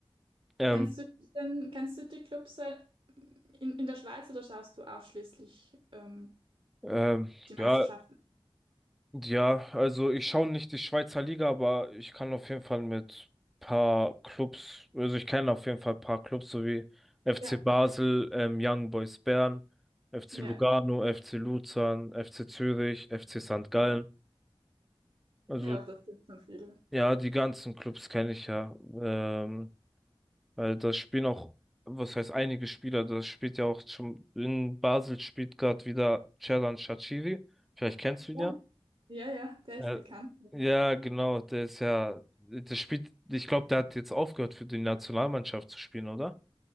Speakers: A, in the centre; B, on the right.
A: Ähm,
B: Kennst du dich denn, kennst du die Clubs äh, in, in der Schweiz oder schaust du ausschließlich ähm,
A: ähm,
B: die Meisterschaften?
A: ja, Ja, also ich schaue nicht die Schweizer Liga, aber ich kann auf jeden Fall mit paar Clubs, also ich kenne auf jeden Fall paar Clubs, so wie FC
B: Ja,
A: Basel, ähm, Young Boys Bern, FC
B: ja,
A: Mhm. Lugano, FC Luzern, FC Zürich, FC St. Gallen.
B: ja.
A: Also
B: Ja, das sind schon viele.
A: ja, die ganzen Clubs kenne ich ja. Ähm, weil das spielen auch, was heißt einige Spieler, das spielt ja auch schon, in Basel spielt gerade wieder Xherdan Shaqiri. Vielleicht kennst du ihn
B: Ja,
A: ja.
B: ja, ja, der
A: Ja,
B: ist bekannt.
A: ja, genau, der ist ja, der spielt, ich glaube, der hat jetzt aufgehört für die Nationalmannschaft zu spielen, oder?